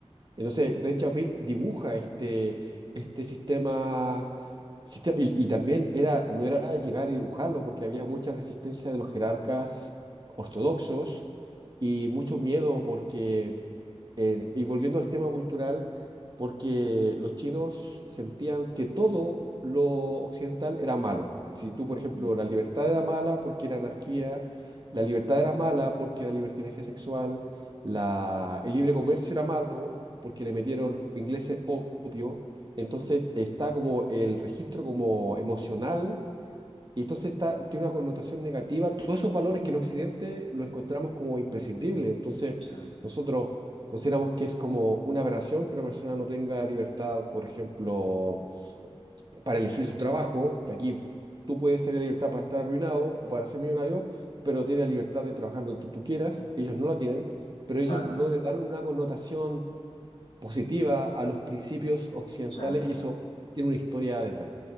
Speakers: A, on the right; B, on the left.
A: Entonces, Deng Xiaoping dibuja este, este sistema, sistema- y, y también era, no era llegar y dibujarlo, porque había mucha resistencia de los jerarcas ortodoxos y mucho miedo porque eh, y volviendo al tema cultural, porque los chinos sentían que todo lo occidental era malo. Si tú, por
B: Mm,
A: ejemplo, la libertad era mala porque era anarquía, la libertad era mala porque era libertinaje sexual, la, el libre comercio era malo porque le metieron ingleses o- opio, entonces está como el registro como emocional y entonces está, tiene una connotación negativa. Todos esos valores que en Occidente los encontramos como imprescindibles. Entonces,
B: sí.
A: nosotros consideramos que es como una aberración que una persona no tenga libertad, por ejemplo, para elegir su trabajo, que aquí tú puedes tener libertad para estar arruinado o para ser millonario, pero tienes la libertad de trabajar donde tú, tú quieras, ellos no la tienen, pero
B: Exacto.
A: ellos no le dan una connotación positiva a los principios occidentales
B: Sí.
A: y eso tiene una historia detrás.